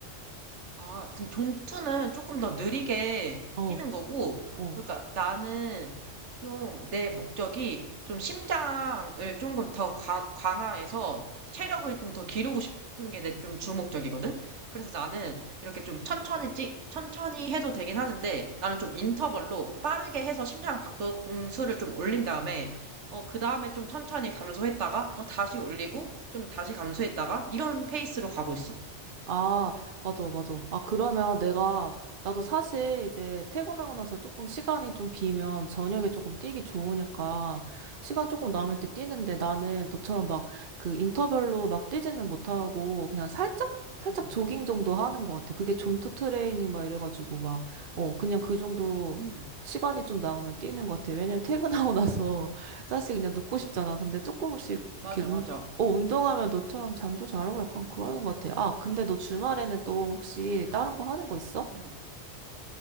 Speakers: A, on the right; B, on the right.
A: 아, 근데 존투는 조금 더 느리게
B: 어.
A: 뛰는 거고,
B: 어.
A: 그러니까 나는 좀 내 목적이 좀 심장을 조금 더 강, 강화해서 체력을 좀 더 기르고 싶은 게 내 좀 주목적이거든? 그래서 나는 이렇게 좀 천천히 찍, 천천히 해도 되긴 하는데, 나는 좀 인터벌로 빠르게 해서 심장 박동수를 좀 올린 다음에, 어, 그 다음에 좀 천천히 감소했다가, 어, 다시 올리고, 좀 다시 감소했다가, 이런 페이스로 가고 있어.
B: 아, 맞아, 맞아. 아, 그러면 내가, 나도 사실 이제 퇴근하고 나서 조금 시간이 좀 비면 저녁에 조금 뛰기 좋으니까 시간 조금 남을
A: 음,
B: 때 뛰는데 나는 너처럼 막 그 인터벌로 막 뛰지는 못하고 그냥 살짝, 살짝
A: 음,
B: 조깅 정도 하는 것 같아. 그게 존투 트레이닝 막 이래가지고 막, 어, 그냥 그 정도
A: 음.
B: 시간이 좀 나오면 뛰는 것 같아. 왜냐면 퇴근하고 <laughs> 나서 사실 그냥 눕고 싶잖아. 근데 조금씩
A: 맞아,
B: 이렇게
A: 맞아.
B: 어, 운동하면 너처럼 잠도 잘 오고 약간 그러는 것 같아. 아, 근데 너 주말에는 또 혹시 다른 거 하는 거 있어?
A: 음.